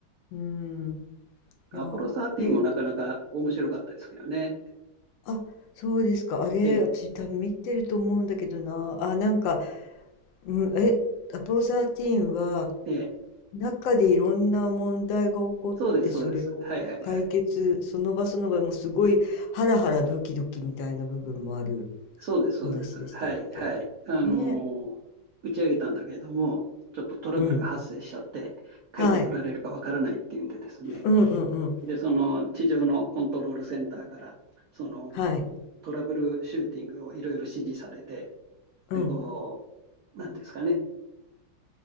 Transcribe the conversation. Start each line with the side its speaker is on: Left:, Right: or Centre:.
Left: うん。
Right: アポロ13もなかなか面白かったですけどね。
Left: いや、え、あ、そうですか。あれ、
Right: ええ、
Left: 私多分見てると思うんだけどな。あ、なんか、うん、え、アポロ13は、
Right: ええ。
Left: 中でいろんな問題が起こって、
Right: そうです、そうです。
Left: それを解決、
Right: はいはいはい。
Left: その場その場、もうすごいハラハラドキドキみたいな部分もある
Right: そうです、
Left: 話でしたっけね。
Right: そうです。はい、はい。あのー打ち上げたんだけれども、ちょっとトラブルが発生しちゃって、
Left: うん。
Right: 帰ってこられるかわからないっていうんでですね。
Left: はい。うんうんうん。
Right: で、その地上のコントロールセンターから、その
Left: はい。
Right: トラブルシューティングをいろいろ指示されて、
Left: うん。
Right: で、こう、なんていうんですかね。